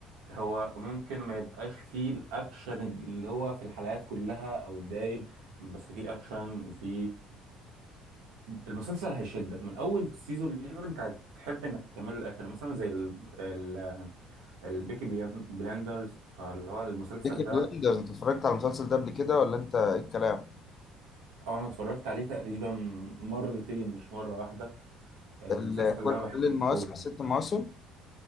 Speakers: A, on the right (about 85°); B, on the left (about 40°).
A: هو ممكن ما يبقاش فيه الاكشن اللي هو في الحلقات كلها او الدايم بس فيه اكشن في المسلسل هيشدك من اول سيزون ليه وانت هتحب انك تكمله للاخر مثلا زي ال... ال... البيكي بليان- بلاندرز فاللي هو المسلسل
B: بيكي
A: ده
B: بلندرز انت اتفرجت على المسلسل ده قبل كده ولا انت ايه الكلام
A: اه انا اتفرجت عليه تقريبا مرتين مش مرة واحدة آه،
B: ال-
A: المسلسل
B: كل
A: ده انا بحبه
B: كل المواسم
A: قوي
B: ست مواسم